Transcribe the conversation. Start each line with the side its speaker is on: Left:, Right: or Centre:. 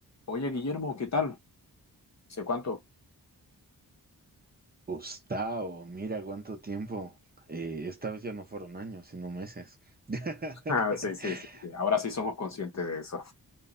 Left: Oye, Guillermo, ¿qué tal? ¿Sé cuánto?
Right: Gustavo, mira cuánto tiempo. Eh, esta vez ya no fueron años, sino meses.
Left: <laughs>
Right: <laughs>
Left: Ah, sí, sí, sí, sí. Ahora sí somos conscientes de eso.